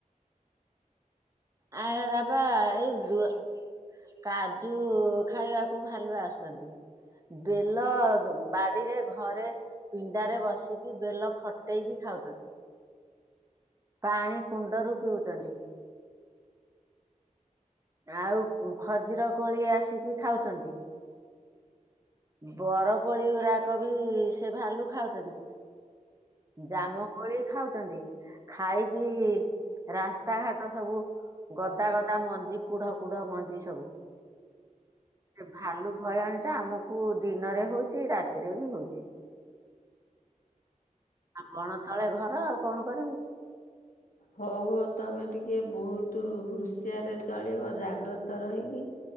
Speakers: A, on the right (about 25°); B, on the left (about 75°).
A: ଆ ରାବା ଏଇ କାଜୁ ଖାଇବାକୁ ଭାଲୁ ଆସୁଛନ୍ତି ବେଲ ବାଡିରେ ଘରେ ପିଣ୍ଡାରେ ବସିକି ବେଲ ଫଟେଇକି ଖାଉଛନ୍ତି। ପାଣି କୁଣ୍ଡରୁ ପିଉଛନ୍ତି। ଆଉ ଖଜିର କୋଳି ଆସିକି ଖାଉଛନ୍ତି ବରକୋଳି ଗୁରାକ ବି ସେ ଭାଲୁ ଖାଉଛନ୍ତି ଜାମ କୋଳି ଖାଉଛନ୍ତି ଖାଇକି ରାସ୍ତାଘାଟ ସବୁ ଗଦା ଗଦା ମଞ୍ଜି କୁଢ କୁଢ ମଞ୍ଜି ସବୁ ସେ ଭାଲୁ ଭୟାଣୀ ଟା ଆମକୁ ଦିନରେ ହଉଛି ରାତିରେ ବି ହଉଛି ଆପଣ ତଳେ ଘର ଆଉ କଣ କରିବୁ?
B: ହଉ ହଉ ତମେ ଟିକେ ବହୁତ ହୁସିିଆରେ ଚଳିବ ଜାଗ୍ରତ ରହିକି